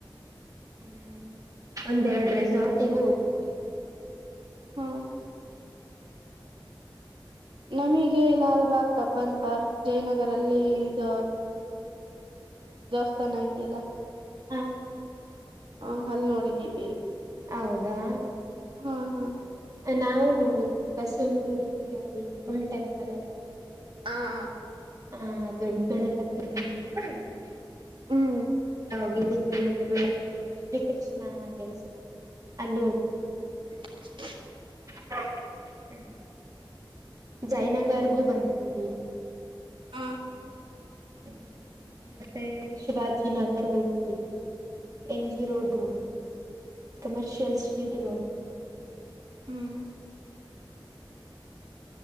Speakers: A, on the right (about 40°); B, on the right (about 70°).
A: ಹ್ಮ್ ಒಂದೆರಡು ರೆಸಾರ್ಟಿಗೂ ಹೋಗ್ತೀ
B: ಹಾ ನಮಗೆ ಲಾಲ್ಬಾಗ್ ಕಬ್ಬನ್ ಪಾರ್ಕ್ ಜಯನಗರಲ್ಲಿ ಇದ ದಾಸ್ತಾನ ಐತಿ ಎಲ್ಲ
A: ಹ
B: ಹ ಅಲ್ ನೋಡಿದ್ದೀಿ
A: ಹೌದಾ
B: ಹಾ ಹಾ
A: ನಾವು ನೋಡಿದೀವಿ ಬಸವನ ಗುಡಿ ಅಲ್ಲಿ ಬುಲ್ ಟೆಂಪಲ್ ಎಲ್ಲಾ ಇದೆ ಅಲ್ಲ
B: ಹ ಹ
A: ಹ ದೊಡ್ಡ ಗಣಪತ್ರಿಕೆ ಉಟಲ್ಲ ಏನ
B: ಹ್ಮ್
A: ಹೋಗಿದ್ದೀವಿ ಆಮೇಲೆ ಶ್ರೀ ಕೃಷ್ಣ ದೇವಸ್ಥಾನ ಅಲ್ಲಿ ಹೋಗಿದ್ದೀವಿ
B: <inaudible>
A: ಹ್ಮ ಜೈನಗರ್ಗೂ ಬಂದಿದ್ದೀವಿ
B: ಹ್ಮ ಹ್ಮ್ ಹ್ಮ
A: ಹ್ಮ್ ಮತ್ತೆ ಶಿವಾಜಿಿನಗರ್ ಹೋಗಿದ್ದೀನಿ ಎನ್ ಜಿ ರೋಡ್ ಗೋಹಲ್ ಕಮರ್ಷಿಯಲ್ ಸ್ಟೀಟ್ಗಳು್ಮ
B: ಹ್ಮ್